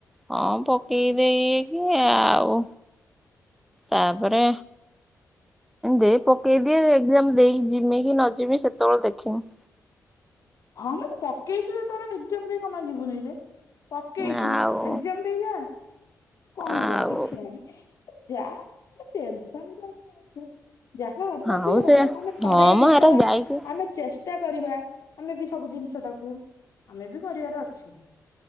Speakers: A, in the centre; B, on the left.
A: ହଁ ପକେଇ ଦେଇକି ଆଉ ତାପରେ ଦେଇ ପକେଇଦିଏ ଏଜାମ ଦେଇକି ଯମି କି ନ ଯମି ସେତେବେଳେ ଦେଖିନବି
B: ହଁ ମତେ ପକେଇଛୁ ଯେତେବେଳେ ଏଜାମ ଦେଇ କମା ଯିବୁନାଇ ଯେ ପକେଇଛୁ
A: ଆଉ
B: ଏଜାମ ଦେଇ ଯା କଣ
A: ଆଉ
B: ହେଲା କିଛି ନାହିଁ ତୁ ଯା ତୁ ଟେନସନ କାଇଁ ହ‌ଉଛୁ। ଯାହା ହବାରଥିବ
A: ଆଉ
B: ହବ
A: ସେ
B: ଆମେ ଥରେ
A: ହଁ ମ
B: ଦିଥର
A: ହେରା ଯାଇକି
B: ଆମେ ଚେଷ୍ ଟା କରିବା। ଆମେବି ସବୁ ଜିନଷ ଟାକୁ ଆମେବି କରିବାର ଅଛି।